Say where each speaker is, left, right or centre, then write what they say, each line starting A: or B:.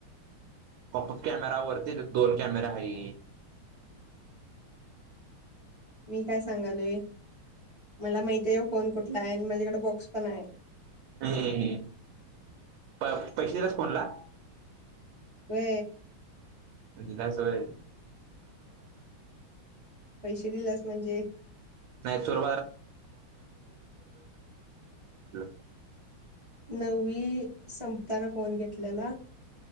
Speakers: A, on the right; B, on the right.
A: पॉपऑप कॅमेरा वरती दोन कॅमेरा आहे
B: मी काय सांगालोय. मला माहती आहे फोन कुठला आहे. माझ्याकडें बॉक्स पण आहे.
A: हेहे पैसे दिलाईस फोनला.
B: ते
A: दिल्यास होय <unintelligible>
B: पैसे दिलास म्हणजे
A: मैसूर <unintelligible>
B: नववी संपताना फोन घेतल्याला.